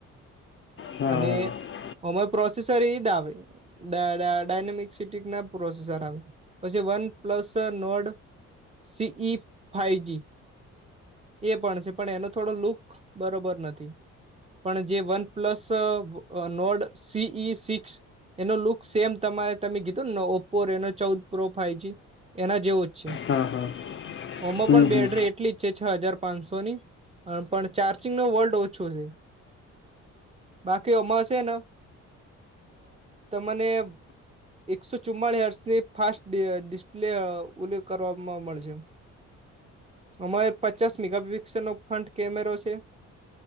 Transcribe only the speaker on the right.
અને
અમારે પ્રોસેસર એજ આવે. ડ ડ ડાયનેમિક સિટીકના પ્રોસેસર આવે પછી OnePlus Nord C E five G. એ પણ છે પણ એનો થોડો લુક બરોબર નથી. પણ જે વન પ્લસ અ નોર્ડ સી ઈ સિક્સ એનો લુક સેમ તમારે તમે કીધું ને નવો ઓપ્પો રેનો ચૌદ પ્રો ફાઈજી એના જેવો જ છે.
ઓમાં
પણ બેટરી
એટલી જ છે છ હજાર પાંચસોની હહ પણ ચાર્જિંગનો વોલ્ટ ઓછો છે. બાકી ઓમાં શેન અ તમને એકસો ચુમ્માળી હર્ષની ફાસ્ટ ડ ડિસ્પ્લે ઉલ્લે કરવામાં મળશે. આમાં એ પચાસ મેગાપિક્સેલનો ફ્રન્ટ કેમેરો છે.